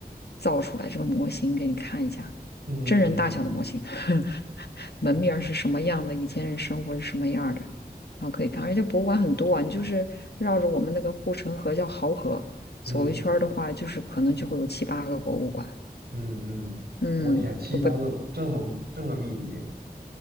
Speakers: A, on the left; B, on the right.
A: 造出来这个模型给你看一下，
B: 嗯嗯嗯，
A: 真人大小的模型，<laughs>
B: 哦，
A: 门面儿是什么样的，以前人生活是什么样儿的，然后可以看。而且博物馆很多啊，你就是绕着我们那个护城河叫濠河走一圈儿的话，
B: 嗯
A: 就是可能就会有七八个博物馆，
B: 嗯嗯，
A: 嗯，
B: 我天，七八个这么这么密集，
A: 都不